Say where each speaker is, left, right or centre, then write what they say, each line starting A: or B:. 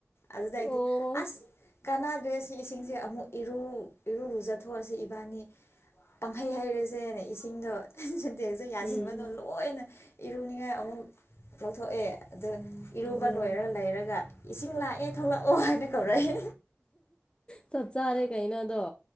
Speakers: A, on the left; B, on the left.
A: ꯑꯗꯨꯗꯥꯏꯗꯤ
B: ꯑꯣ
A: ꯑꯁ ꯀꯥꯟꯅꯗ꯭ꯔꯦ ꯁꯤ ꯏꯁꯤꯡꯁꯦ ꯑꯃꯨꯛ ꯏꯔꯨ ꯏꯔꯨꯨꯔꯨꯖꯊꯣꯛꯑꯁꯤ ꯏꯕꯥꯅꯤ ꯄꯪꯍꯩ ꯍꯩꯔꯁꯦꯅꯦ ꯏꯁꯤꯡꯗꯣ ꯁꯦꯟꯇꯦꯛꯁꯨ ꯌꯥꯁꯤꯟꯕꯗꯣ
B: ꯎꯝ
A: ꯂꯣꯏꯅ ꯏꯔꯨꯅꯤꯡꯉꯥꯏ ꯑꯃꯨꯛ ꯂꯧꯊꯣꯛꯑꯦ ꯑꯗꯨ__ ꯏꯔꯨꯕ
B: ꯑꯣ
A: ꯂꯣꯏꯔꯒ ꯂꯩꯔꯒ ꯏꯁꯤꯡ ꯂꯥꯛꯑꯦ ꯊꯣꯛꯂꯛꯑꯣ ꯍꯥꯏꯅ ꯀꯧꯔꯛꯑꯦ
B: ꯆꯞ ꯆꯥꯔꯦ ꯀꯩꯅꯣ ꯑꯗꯣ